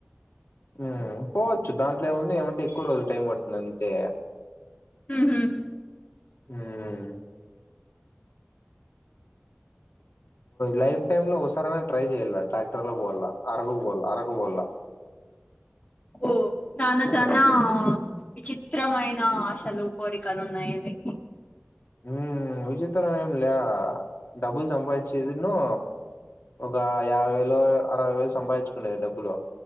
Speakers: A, on the left (about 75°); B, on the left (about 40°).
A: ఉమ్ పోవచ్చు దాంట్లో ఏముంది ఏమంటే ఎక్కువ రోజులు టైం పడుతుంది అంతే
B: ఉహు
A: ఉమ్ లైఫ్ టైమ్ లో ఒసారన్న ట్రై చేయలా ట్రాక్టర్ లో పోవాల అరకు పోవాల అరకు పోవల
B: హు చానా చానా విచిత్రమైన ఆశలు కోరికలు ఉన్నాయే మీక్
A: ఉమ్ విచిత్రం ఏం లే డబ్బులు సంపాదించేదిన్ను ఒక యాభై వేలు అరవై వేలు సంపాదించుకునేది డబ్బులు